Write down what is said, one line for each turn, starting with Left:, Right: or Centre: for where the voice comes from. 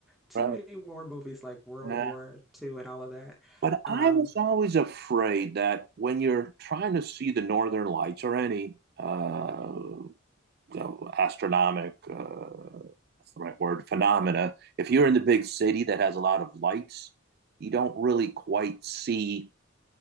Centre: Too
Right: Right.
Centre: many war movies like World
Right: Yeah.
Centre: War Two and all of that.
Right: But
Centre: Um,
Right: I was always afraid that when you're trying to see the northern lights or any uh, you know, astronomic uh, that's the right word phenomena if you're in the big city that has a lot of lights you don't really quite see